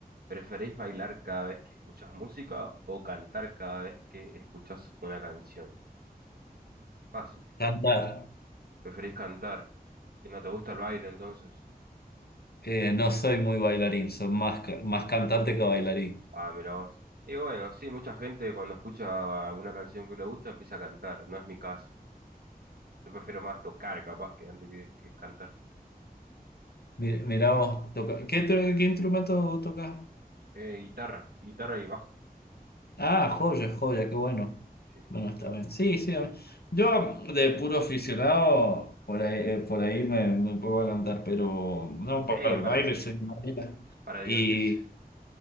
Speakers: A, on the right; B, on the left.
A: ¿Preferís bailar cada vez que escuchas música o cantar cada vez que escuchas una canción? Fácil.
B: Cantar.
A: ¿Preferís cantar? ¿Y no te gusta el baile entonces?
B: Eh, no soy muy bailarín, soy más, ca- más cantante que bailarín.
A: Ah, mira vos. Y bueno, sí, mucha gente cuando escucha alguna canción que le gusta empieza a cantar. No es mi caso. Yo prefiero más tocar, capaz, que antes que, que cantar.
B: Mi- Mirá vos, toca. ¿Qué, tru- qué instrumento tocas?
A: Eh, guitarra, guitarra y bajo.
B: Ah, joya, joya, qué bueno.
A: Sí, sí,
B: Bueno,
A: sí,
B: está
A: sí.
B: bien. Sí, sí. a ver. Yo de puro aficionado, por ahí, eh, por ahí me, me puedo a cantar, pero no
A: Sí,
B: para el
A: para,
B: baile, soy madera.
A: para divertirse.
B: Y